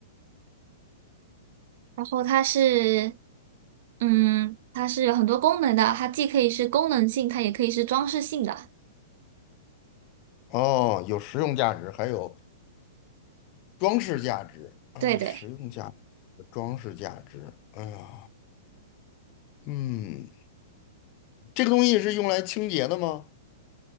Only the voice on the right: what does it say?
然后它是，嗯，它是有很多功能的，它既可以是功能性，它也可以是装饰性的。
对对，